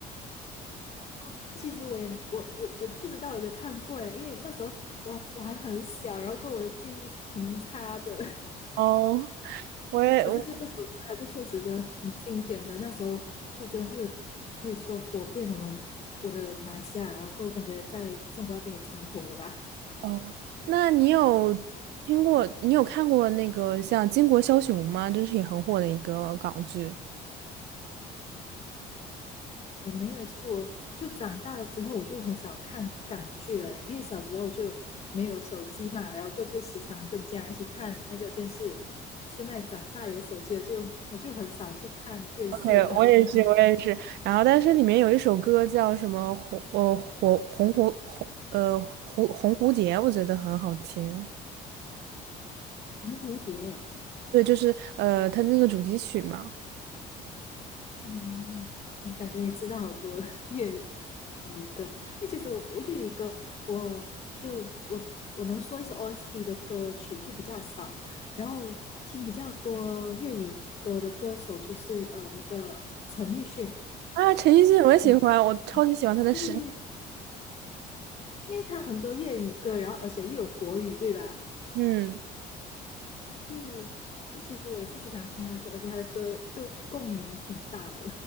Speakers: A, on the left; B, on the right.
A: <laughs> 其实我也我我我不知道我有没有看过耶，因为那时候我我还很小，然后跟我的记忆挺差的。<laughs>
B: <laughs> 哦，我也我
A: 可是就这首歌，它就确实真的挺经典的。那时候就真的是可以说火遍我们我的马来西亚，然后感觉在中国那边也挺火的吧。
B: 哦，那你有听过，你有看过那个像《巾帼枭雄》吗？这是也很火的一个港剧。
A: 我没有欸，其实我就长大了之后，我就很少看港剧了耶，因为小时候就没有手机嘛，然后过就时常跟家人一起看那个电视。现在长大有手机了就，我就很少去看电视了。
B: 对，我也是，
A: <laughs>
B: 我也是。然后，但是里面有一首歌叫什么红呃火红蝴红呃蝴红蝴蝶，我觉得很好听。
A: 红蝴蝶
B: 对，就是呃他那个主题曲嘛。
A: 哦，我感觉你知道好多 <laughs> 粤语歌，因为其实我我粤语歌，我就我我能说一些 o s D 的歌曲就比较少，然后听比较多粤语歌的歌手就是呃那个陈奕迅，
B: 啊，陈奕迅我也喜欢，
A: 嗯啊，
B: 我超级喜欢他的《十年》。
A: 对对对，因为他很多粤语歌，然后而且又有国语，对吧？
B: 嗯，
A: 对，那其实我也是时常听他的歌，而且他的歌就共鸣挺大的。